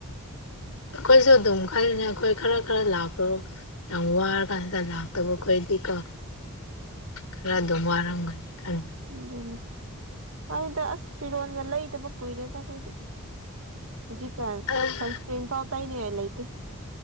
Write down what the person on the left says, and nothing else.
ꯑꯩꯈꯣꯏꯁꯨ ꯑꯗꯨꯝ ꯈꯜꯂꯤꯅꯦ ꯑꯩꯈꯣꯏ ꯈꯔ ꯈꯔ ꯂꯥꯛꯄꯔꯣ ꯌꯥꯝ ꯋꯥꯔ ꯀꯥꯟꯗ ꯇꯟꯖꯥꯛꯇꯕ ꯑꯈꯣꯏꯗꯤꯀꯣ ꯈꯔ ꯑꯗꯨꯝ ꯋꯥꯔꯝꯒꯅꯤ ꯈꯟꯕꯅꯦ
ꯑ